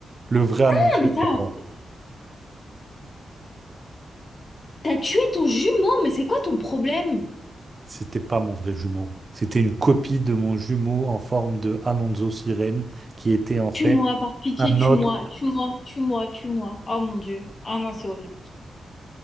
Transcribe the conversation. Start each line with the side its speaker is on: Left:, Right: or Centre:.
Right: Le vrai
Left: Ah,
Right: Alonso
Left: mais ça,
Right: Sirène,
Left: t'as tué ton jumeau, mais c'est quoi ton problème?
Right: c'était pas mon vrai jumeau. C'était une copie de mon jumeau en forme de Alonso Sirène qui était en fait
Left: Tue-moi, par pitié,
Right: Un
Left: tue-moi,
Right: autre.
Left: tue-moi, tue-moi, tue-moi. Oh mon Dieu. Ah non, c'est horrible.